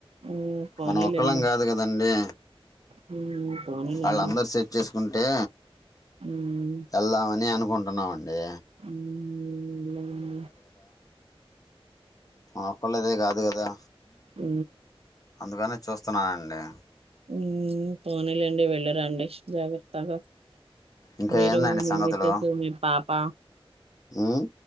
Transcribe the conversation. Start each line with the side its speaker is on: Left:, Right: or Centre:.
Right: హ్మ్ పోనీలెండి.
Left: మనం ఒక్కలం కాదు కదండి
Right: హ్మ్ పోనీలెండి.
Left: వాళ్ళు అందరు సెట్ చేసుకు ఉంటే
Right: హ్మ్.
Left: ఏళ్దాం అని అనుకు అనుకుంటున్నామండి
Right: హ్మ్.
Left: మా ఒక్కళ్లదే కాదు కాద దా
Right: అ
Left: అందుకనే చూస్తున్నానండి
Right: హ్ పోన్లేండి వెళ్ళిరాండి జాగ్రత్త గా
Left: ఇంకా
Right: మీరు
Left: ఏందండి
Right: మీ
Left: సంగతులు
Right: <unintelligible> మీ పా ప
Left: ఉమ్